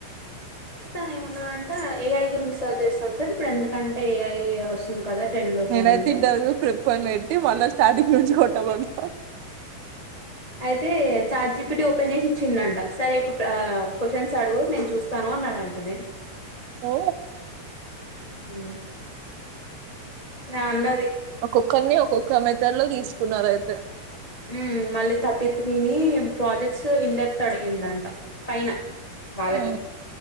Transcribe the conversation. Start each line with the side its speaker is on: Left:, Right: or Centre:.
Left: అయితే తాను ఏమున్నా అంటే ఏఐ గురించి సర్చ్ చేస్తాను సార్ ఇప్పుడు ఎందుకంటే ఏఐ వస్తుంది కదా ట్రెండ్ లోకి
Right: నేనైతే
Left: అని అంటే
Right: ఇంటర్వ్యూ ప్రిపర్న్ పెట్టి మళ్ళా స్టార్టింగ్ నుంచి కొట్టమంటా
Left: అయితే చార్జిపీటీ ఓపెన్ చేసి ఇచ్చిండంట సరే ఇప్పుడు క్వశ్చన్స్ అడుగు నేను ప్పుడు చూస్తాను అన్నాడు అంటనే
Right: ఓ
Left: ఉమ్ నాన్న
Right: ఒక్కొక్కరిని ఒక్కొక్క మెథడ్లో తీసుకున్నారు అయితే
Left: ఉమ్ మళ్ళీ థర్టీ త్రీని ప్రాజెక్ట్స్ ఇన్డేప్త్ అడిగిందంట పైన వాళ్ళకి
Right: హ